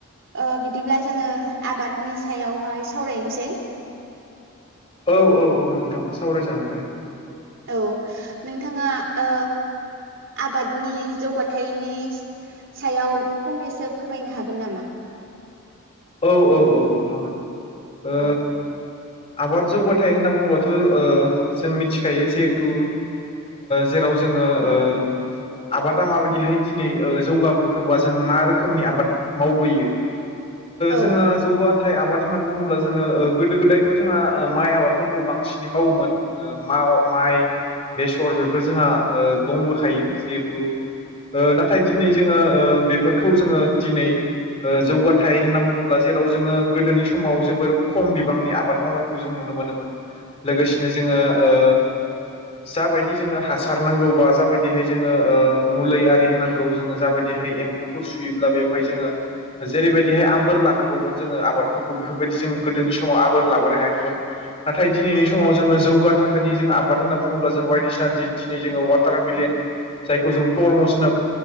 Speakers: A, on the right; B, on the left.
A: ओ बिदिब्ला जोङो आबादनि सायावहाय सावरायनोसै।
B: औ औ औ नोंथां सावरायजागोन दे।
A: औ नोंथाङा ओ। आबादनि जौगाथायाइनि सायाव फंनैसो फोरमायनो हागोन नामा?
B: औ औ औ औ हागोन।
A: औ
B: ओ आबाद जौगाथायाइ होनना बुङोबाथ' जों मिथिखायो जिहेथु जेराव जोङो ओ आबादा माबायदिहाय दिनै जौगाबोखोबा जों मा रोखोमनि आबाद मावबोयो?
A: औ
B: जोंहा जौगा नाथाय आबाद होनना बुङोब्ला जोङो गोदो गोदायथ' जोंहा माइ आबादफोरखौ बांसिनै मावोमोन। माइ बेसर बेफोर जोंहा दंबोखायो जिहेथु नाथाय दिनै जोङो बेफोरखौ जोङो दिनै जौग नाथाय होनना बुङोब्ला जेराव जोङो गोदोनि समाव जोबोर खम बिबांनि आबाद मावनायखौ जों नुनो मोनोमोन। लोगोसेनो जोङो ओ जाबायदि जोङो हासार नांगौ बा जाबायदिहाय जोङो मुलि आरि होनांगौ जोङो जाबायदिहाय फुर सुयोब्ला बेवहाय जोङो जेरैबायदिहाय आबोर लानांगौमोन जोङो आबादफोरखौ बेफोरबायदि जों गोदोनि समाव आबोर लाबोनो हायाखैमोन। नाथाय दिनैनि समाव जोङो जौगा थाखोनि जों आबाद होनना बुङोब्ला जों बायदिसिना दिनै जोङो वाटार मिलिन जायखौ जों परमस होनना